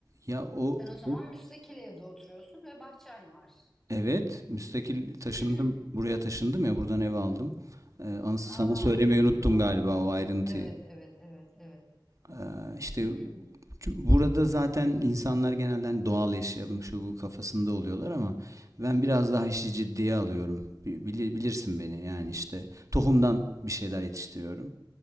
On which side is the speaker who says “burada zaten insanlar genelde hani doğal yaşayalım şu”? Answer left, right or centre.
Right